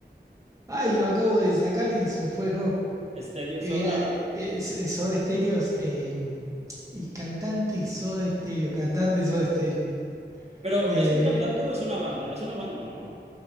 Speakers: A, on the right; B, on the right.
A: ay, lo acabo de sacar y se me fue de nuevo.
B: Estadio
A: Era
B: Soda.
A: eso de Soda Stereo, eh, el cantante y Soda Stereo, cantante y Soda Stereo.
B: Pero,
A: Eh,
B: ¿es un cantante o es una banda? Es una banda, ¿no?